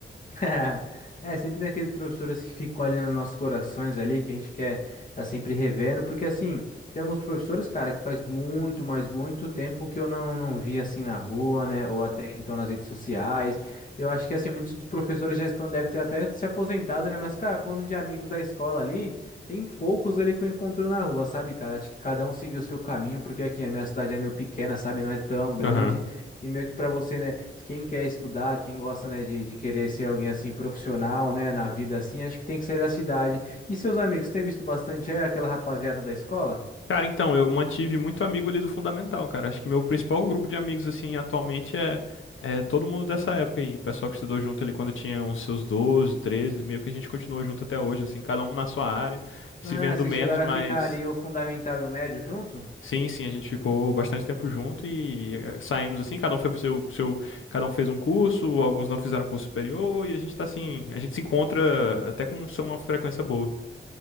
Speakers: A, on the left; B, on the left.
A: <laughs> É, sempre tem aqueles professores que ficam olhando nossos corações ali, que a gente quer tá sempre revendo, porque assim, tem alguns professores, cara, que faz muito, mas muito tempo que eu não, não vi assim na rua, né, ou até então nas redes sociais. Eu acho que assim, muitos dos professores já estão, devem ter até se aposentado, né, mas cara, falando de amigos da escola ali, tem poucos ali que eu encontro na rua, sabe, cara? Acho que cada um seguiu o seu caminho, porque aqui a minha cidade é meio pequena, sabe, não é tão grande.
B: Aham.
A: E meio que para você, né, se quem quer estudar, quem gosta, né, de, de querer ser alguém assim profissional, né, na vida assim, acho que tem que sair da cidade. E seus amigos, tem visto bastante é, aquela rapaziada da escola?
B: Cara, então, eu mantive muito amigo ali do Fundamental, cara. Acho que meu principal grupo de amigos, assim, atualmente é, é todo mundo dessa época aí. Pessoal que estudou junto ali quando tinha uns seus 12, 13, meio que a gente continuou junto até hoje, assim, cada um na sua área, se
A: Ah,
B: vendo
A: vocês
B: menos,
A: chegaram
B: mas
A: a ficar ali o fundamental e o médio junto?
B: sim, sim, a gente ficou bastante tempo junto e eh, saímos assim, cada um foi pro seu, seu, cada um fez um curso, alguns não fizeram curso superior e a gente tá assim, a gente se encontra até com uma frequência boa.